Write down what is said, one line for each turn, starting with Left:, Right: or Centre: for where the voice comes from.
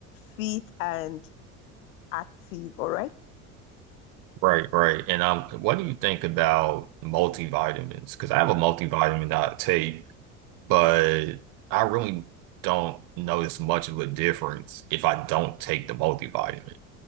Left: fit and active. All right.
Right: Right, right. And um, what do you think about multivitamins? Because I have a multivitamin that I take, but I really don't notice much of a difference if I don't take the multivitamin.